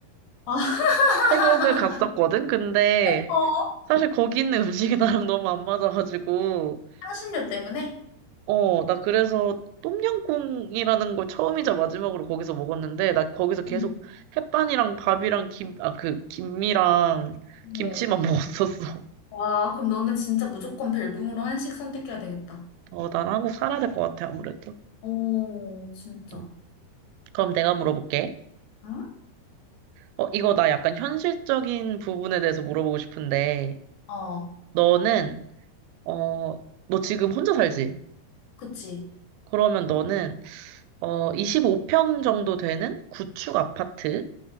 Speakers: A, on the left; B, on the right.
A: 아, <laughs>
B: 태국을 갔었거든? 근데
A: 어?
B: 사실 거기 있는 <laughs> 음식이 나랑 너무 안 맞아가지고,
A: 향신료 때문에?
B: 어, 나 그래서 똠양꿍이라는 걸 처음이자 마지막으로 거기서 먹었는데, 나 거기서 계속
A: 응.
B: 햇반이랑 밥이랑 김, 아, 그, 김이랑 김치만
A: 어.
B: <laughs> 먹었었어.
A: 와, 그럼 너는 진짜 무조건 벨붕으로 한식 선택해야 되겠다.
B: 어, 난 한국 살아야 될 것 같아, 아무래도.
A: 오, 진짜.
B: 음. 그럼 내가 물어볼게.
A: 응?
B: 어, 이거 나 약간 현실적인 부분에 대해서 물어보고 싶은데,
A: 어,
B: 너는, 어, 너 지금 혼자 살지?
A: 그치.
B: 그러면 너는, 어, 25평 정도 되는 구축 아파트,